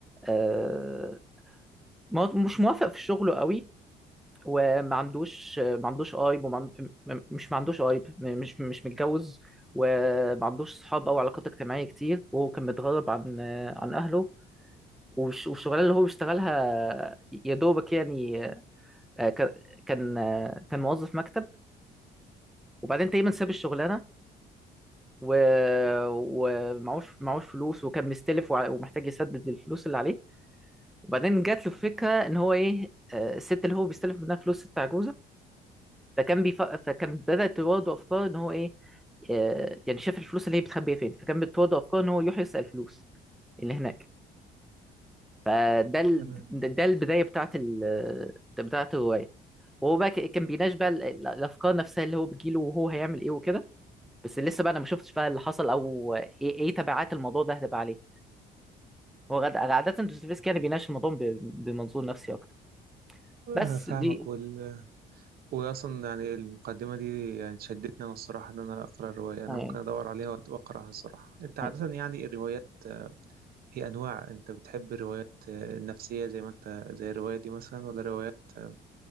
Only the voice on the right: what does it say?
تمام
آه،
فاهمك
وال... واصلا يعني المقدمه دي يعني شدتني انا الصراحه ان انا اقرا الروايه انا
ممكن ادور عليها وأت- واقراها الصراحه انت عاده
يعني الروايات آه، هي انواع انت بتحب الروايات آه، النفسيه زي ما انت زي الروايه دي مثلا ولا روايات آه،